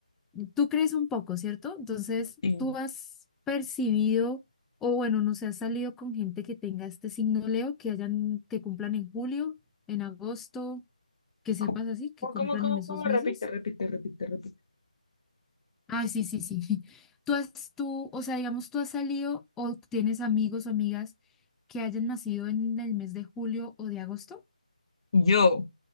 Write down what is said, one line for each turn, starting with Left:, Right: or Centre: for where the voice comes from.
Centre: tú crees un poco, ¿cierto? Entonces
Left: Sí.
Centre: tú has percibido, o bueno, no sé, has salido con gente que tenga este signo Leo, que hayan, que cumplan en julio, en agosto, que sepas
Left: ¿Cómo,
Centre: así, que cumplan
Left: cómo, cómo,
Centre: en esos
Left: cómo?
Centre: meses.
Left: Repite, repite, repite, repite.
Centre: Ah, sí, sí, sí. <laughs> Tú has, tú, o sea, digamos, tú has salido o tienes amigos o amigas que hayan nacido en el mes de julio o de agosto.
Left: Yo